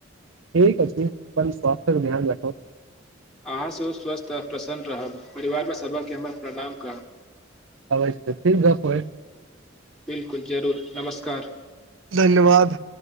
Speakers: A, on the right; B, in the centre.
A: ठीक छै अपन स्वस््थर ध्यान रखो।
B: अहाँ सेहो स्वस्थ आओ प्रसन्न रहब परिवारमे सभकके हमर प्रणाम कहब।
A: अवश्य फिर गप्प होइ।
B: बिलकुल जरूर नमस्कार।
A: धन्यवाद।